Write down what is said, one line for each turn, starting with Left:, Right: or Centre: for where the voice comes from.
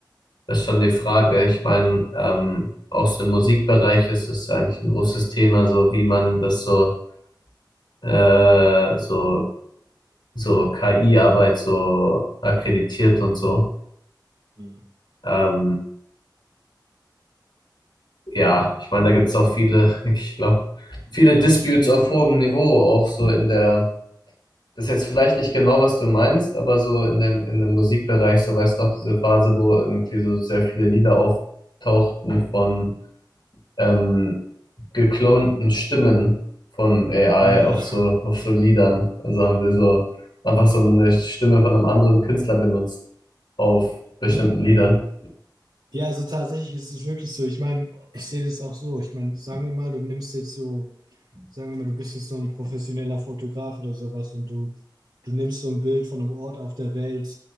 Left: das ist schon die Frage. Ich meine, ähm, auch so im Musikbereich ist es eigentlich ein großes Thema, so wie man das so, äh, so, so KI-Arbeit so akkreditiert und so.
Right: Hm.
Left: Ähm, ja, ich meine, da gibt es auch viele, <laughs> ich glaube, viele Disputes auf hohem Niveau, auch so in der, das ist jetzt vielleicht nicht genau, was du meinst, aber so in dem, in dem Musikbereich, so weißt du auch diese Phase, wo irgendwie so sehr viele Lieder auftauchten von ähm, geklonten Stimmen von AI
Right: ja,
Left: auf so,
Right: <laughs>
Left: auf so Liedern. Also haben sie so einfach so eine Stimme von einem anderen Künstler benutzt auf bestimmten
Right: nee,
Left: Liedern.
Right: ja, also tatsächlich ist es wirklich so. Ich meine, ich sehe das auch so. Ich meine, sagen wir mal, du nimmst jetzt so sagen wir mal, du bist jetzt so ein professioneller Fotograf oder sowas und du, du nimmst so ein Bild von einem Ort auf der Welt